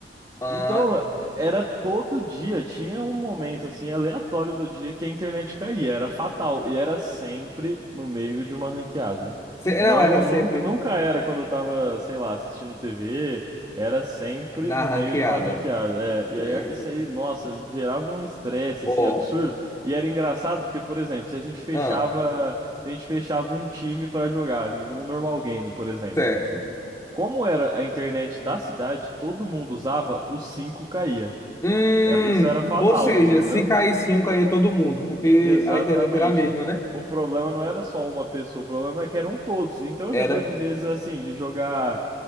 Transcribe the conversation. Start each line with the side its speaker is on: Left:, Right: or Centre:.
Left: Ah,
Right: Então, era todo dia, tinha um momento assim aleatório do dia que a internet caía, era fatal e era sempre no meio de uma ranqueada.
Left: se-
Right: Não,
Left: não, era sempre
Right: nunca, nunca era quando eu tava, sei lá, assistindo TV, era sempre
Left: na
Right: no
Left: ranqueada.
Right: meio de uma ranqueada. É,
Left: É,
Right: e aí isso aí, nossa, gerava um estresse
Left: Ó,
Right: assim absurdo. E era engraçado porque, por exemplo, se a gente fechava,
Left: ah,
Right: se a gente fechava um time pra jogar, né, um normal game, por exemplo.
Left: certo.
Right: Como era a internet da cidade, todo mundo usava, o 5 caía.
Left: Hum,
Right: Era- isso era fatal,
Left: ou seja,
Right: entendeu?
Left: se caísse um, caía todo mundo, porque
Right: Exatamente.
Left: a internet era a mesma, né?
Right: O problema não era só uma pessoa, o problema é que eram todos. Então
Left: Era
Right: já teve vezes assim de jogar